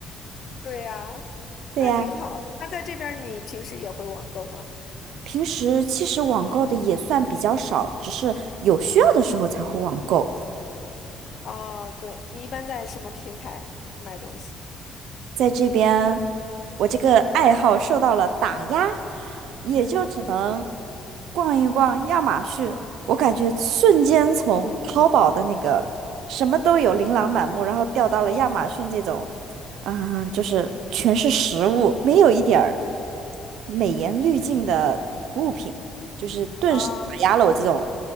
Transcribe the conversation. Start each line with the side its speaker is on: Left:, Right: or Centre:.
Left: 对呀，
Right: <laughs> 对呀，
Left: 那挺好的那在这边儿你平时也会网购吗？
Right: 平时其实网购的也算比较少，只是有需要的时候才会网购。
Left: 哦，对，你一般在什么平台买东西？
Right: 在这边，我这个爱好受到了打压，也就只能
Left: 嗯，
Right: 逛一逛亚马逊。我感觉瞬间从淘宝的那个什么都有、琳琅满目，然后掉到了亚马逊这种，啊、就是全是食物，没有一点儿美颜滤镜的物品，就是顿时打压了我这种
Left: 哦